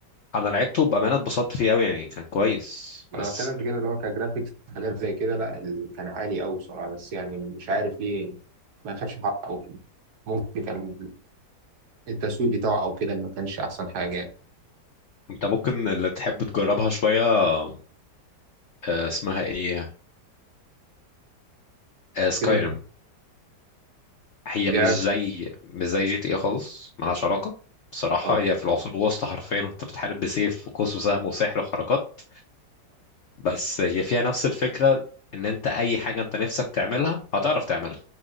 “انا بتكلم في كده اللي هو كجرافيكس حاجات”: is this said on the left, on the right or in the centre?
Right